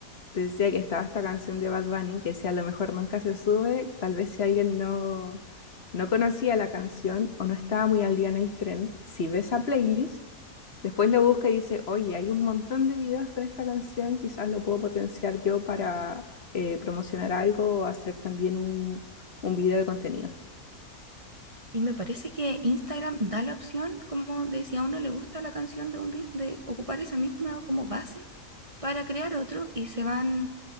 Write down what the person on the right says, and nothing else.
Y me parece que Instagram da la opción, como de si a uno le gusta la canción de un reel, de ocupar esa misma como base para crear otro y se van